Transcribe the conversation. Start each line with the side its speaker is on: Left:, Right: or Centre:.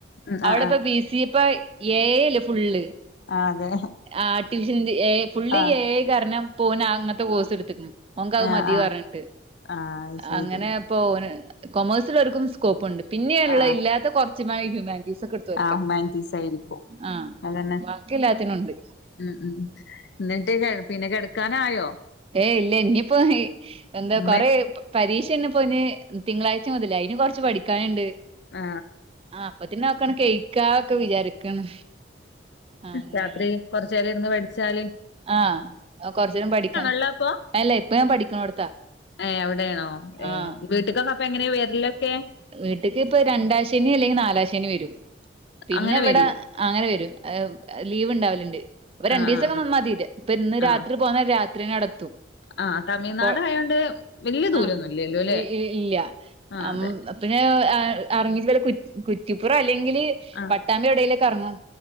Left: ഉം
Right: അവിടെപ്പോ
Left: ആ ആ
Right: ബി. സി. എ പ്പ ഏ എ അല്ലെ ഫുള്ള്.
Left: ആ അതെ
Right: ആർട്ടിഫിഷ്യൽ ഇന്റെലി എ. ഐ, ഫുള്ള്
Left: ആ ആ
Right: എ ഐ. പറഞ്ഞ പോ ഓൻ അങ്ങനത്തെ കോഴ്സ് ഇടത്തക്ക്ണ്, ഓൻക് അത്
Left: ആ ആ
Right: മതിന്ന് പറഞ്ഞിട്ട്
Left: ആ അത് ശരി
Right: അങ്ങനെ. പ്പോ ഓന് കൊമേഴ്സെല്ലാർക്കും സ്കോപ്പ് ഉണ്ട്, പിന്നെയുള്ള
Left: ആ
Right: ഇല്ലാത്ത കുറച്ചു ഹ്യുമാനിറ്റീസ്- സൊക്കെ എടുതോർക്കാ.
Left: ആ ഹ്യുമാനിറ്റീസ് ആയിരിക്കും
Right: <inaudible> ആഹ്
Left: അതന്നെ
Right: ബാക്കി എല്ലാത്തിനും ഉണ്ട്.
Left: ഉം ഉം ന്നിട്ട് പിന്നെ കിടക്കാനായോ?
Right: ഏയ് ഇല്ല ഇനിയിപ്പോ ഹേ എന്താ
Left: ഉമ്മ
Right: കൊറെ പ്പൊ പരീക്ഷ ഇന്നെപ്പോന് തിങ്കളാഴ്ച മുതല് അയിന് കുറച്ച് ച് പഠിക്കാനുണ്ട്
Left: ആ
Right: ആ അപ്പത്തിനതൊക്കെണ് കഴിക്ക ന്ന് ഒക്കെ വിചാരിക്കണ് ആ, അങ്ങനെ
Left: രാത്രി കൊറച്ചേരം ഇരുന്ന് പടിച്ചാല്
Right: ആഹ് കൊറചേരം പഠിക്കാ
Left: ഉള്ളെ അപ്പൊ
Right: അല്ല ഇപ്പൊ ഞാൻ പഠിക്കണോടത്താ
Left: ഏ അവിടേണോ ഏ
Right: ആഹ്
Left: വീട്ടക്കൊക്കെ പ്പൊ എങ്ങനെ വെരലൊക്കെ
Right: വീട്ടക്ക് ഇപ്പൊ രണ്ടാശനി അല്ലെങ്കി നാലാശെനി വരും പിന്നെ
Left: അങ്ങനെ
Right: ഇവിടെ
Left: വരൂ
Right: അങ്ങനെ വരും ആ ലീവ് ഉണ്ടാവലുണ്ട് അപ്പൊ രണ്ടീസൊക്കെ
Left: ആ ആ
Right: നിന്ന മതി <inaudible> ഇപ്പൊ ഇന്ന് രാത്രി
Left: ആ
Right: പോന്ന രാത്രിന്നേ അവിടെ എത്തും
Left: ആ തമിഴ്നാട്
Right: കൊ
Left: ആയോണ്ട് വല്യ ദൂരൊന്നും
Right: ആഹ്
Left: ഇല്ലല്ലോ അല്ലെ
Right: ഇ ഇല്ല
Left: ആ
Right: ഞമ്
Left: അതെ
Right: പിന്നെ ഇറങ്ങിചിട്ട് ഓല് കുറ്റിപ്പുറം അല്ലെങ്കില്
Left: ആ
Right: പട്ടാമ്പി എവിടേലൊക്കെ ഇറങ്ങും